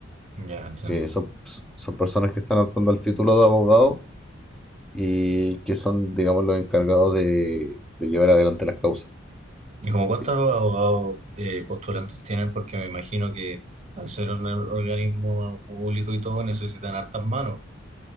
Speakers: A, on the right (about 35°); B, in the centre.
A: Ya, entiendo.
B: Que son, son personas que están optando al título de abogado y que son, digamos, los encargados de, de llevar adelante las causas.
A: ¿Y como cuántos
B: ¿sí?
A: abogados eh, postulantes tienen? Porque me imagino que al ser un organismo público y todo necesitan hartas manos.